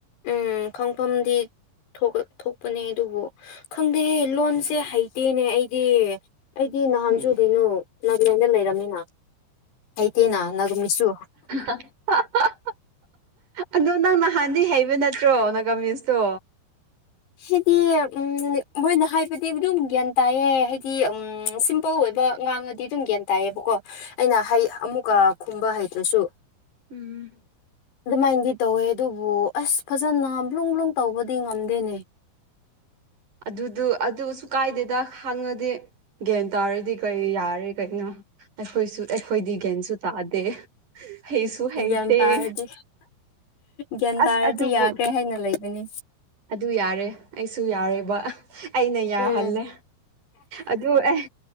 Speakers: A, on the left (about 80°); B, on the right (about 50°).
A: ꯎꯝ ꯈꯪꯐꯝꯗꯤ ꯊꯣꯛ ꯊ‌ꯣꯛꯄꯅꯦ ꯑꯗꯨꯕꯨ ꯈꯪꯗꯦ ꯂꯣꯟꯁꯦ ꯍꯩꯇꯦꯅꯦ ꯑꯩꯗꯤ ꯑꯩꯗꯤ ꯅꯍꯥꯟꯁꯨ
B: ꯎꯝ
A: ꯀꯩꯅꯣ ꯅꯥꯒꯥꯂꯦꯟꯗ ꯂꯩꯔꯝꯃꯤꯅ ꯍꯩꯇꯦꯅ ꯅꯒꯥꯃꯤꯁꯁꯨ
B: <inaudible> ꯑꯗꯣ ꯅꯪ ꯅꯍꯥꯟꯗꯤ ꯍꯩꯕ ꯅꯠꯇ꯭ꯔꯣ ꯅꯒꯥꯃꯤꯁꯇꯣ
A: ꯍꯥꯏꯗꯤ ꯎꯝ ꯃꯣꯏꯅ ꯍꯥꯏꯕꯗꯤ ꯑꯗꯨꯝ ꯒ꯭ꯌꯥꯟ ꯇꯥꯏꯌꯦ ꯍꯥꯏꯗꯤ ꯎꯝ ꯁꯤꯝꯄꯜ ꯑꯣꯏꯕ ꯉꯥꯡꯉꯗꯤ ꯗꯤ ꯑꯗꯨꯝ ꯒ꯭ꯌꯥꯟ ꯇꯥꯏꯌꯦꯕꯀꯣ ꯑꯩꯅ ꯍꯩ ꯑꯃꯨꯛꯀ ꯈꯨꯝꯕ ꯍꯩꯇꯔꯁꯨ
B: ꯎꯝ
A: ꯑꯗꯨꯃꯥꯏꯅꯗꯤ ꯇꯧꯋꯦ ꯑꯗꯨꯕꯨ ꯑꯁ ꯐꯖꯅ ꯕ꯭ꯂꯨꯡ ꯕ꯭ꯂꯨꯡ ꯇꯧꯕꯗꯤ ꯉꯝꯗꯦꯅꯦ
B: ꯑꯗꯨꯗꯨ ꯑꯗꯨꯁꯨ ꯀꯥꯏꯗꯦꯗ ꯈꯪꯉꯗꯤ ꯒ꯭ꯌꯥꯟ ꯇꯥꯔꯗꯤ ꯀꯩ ꯌꯥꯔꯦ ꯀꯩꯅꯣ ꯑꯩꯈꯣꯏꯁꯨ ꯑꯩꯈꯣꯏꯗꯤ ꯒꯥꯟꯁꯨ ꯇꯥꯗꯦ ꯍꯩꯁꯨ ꯍꯩꯇ‌ꯦ
A: ꯒ꯭ꯌꯥꯟ ꯇꯥꯔꯗꯤ ꯒ꯭ꯌꯥꯟ ꯇꯥꯔꯗꯤ
B: ꯑꯁ ꯑꯗꯨꯕꯨ
A: ꯌꯥꯈ꯭ꯔꯦ ꯍꯥꯏꯅ ꯂꯩꯕꯅꯤ
B: ꯑꯗꯨ ꯌꯥꯔꯦ ꯑꯩꯁꯨ ꯌꯥꯔꯦ ꯕ ꯑꯩꯅ ꯌꯥꯍꯜꯂꯦ
A: ꯎꯝ
B: ꯑꯗ‌ꯣ ꯑꯦ